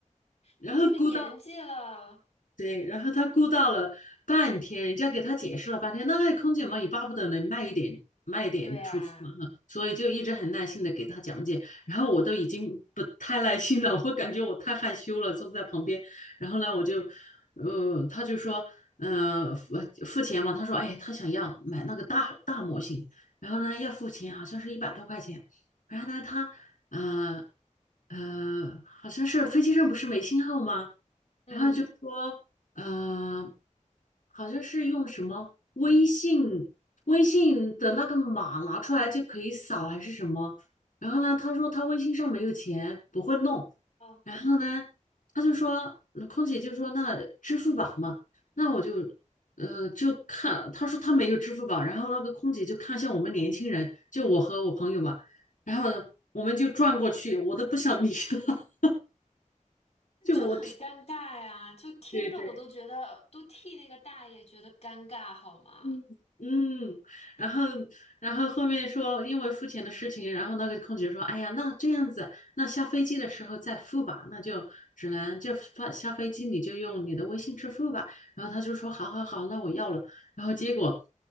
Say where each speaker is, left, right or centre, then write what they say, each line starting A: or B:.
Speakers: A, on the left; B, on the left.
A: 然后估到，
B: 他这个年纪了，
A: 对，然后他估到了半天，人家给他解释了半天，那空姐嘛也巴不得能卖一点卖一点出去嘛哈，
B: 对啊，
A: 所以就一直很耐心的给他讲解，然后我都已经不太耐心了，我感觉我太害羞了，坐在旁边，然后呢我就，呃，他就说，呃，付付钱嘛，他说，哎，他想要买那个大大模型，然后呢要付钱，好像是一百多块钱，然后呢他，呃呃，好像是飞机上不是没信号吗？
B: 嗯，
A: 然后就说，呃，好像是用什么微信微信的那个码拿出来就可以扫还是什么。然后呢，他说他微信上没有钱，不会弄。
B: 哦，
A: 然后呢，他就说，那空姐就说那支付宝嘛，那我就呃就看，他说他没有支付宝。然后那个空姐就看向我们年轻人，就我和我朋友嘛。然后呢，我们就转过去，我都不想理他，<laughs> 就我
B: 就很尴尬呀，就听着我都觉得都替那个大爷觉得尴尬，
A: 对对。
B: 好吗？
A: 嗯嗯，然后然后后面说因为付钱的事情，然后那个空姐说，哎呀，那这样子，那下飞机的时候再付吧，那就只能就发下飞机你就用你的微信支付吧。然后他就说，好好好，那我要了。然后结果